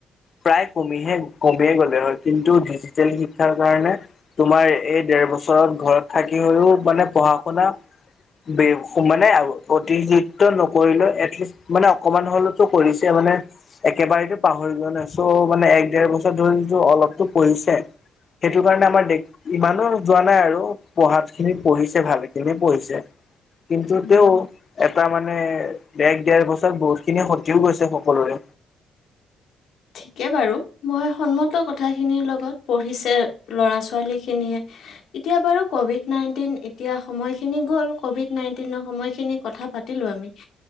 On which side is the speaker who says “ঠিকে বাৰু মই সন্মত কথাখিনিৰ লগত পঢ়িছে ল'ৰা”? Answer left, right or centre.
Left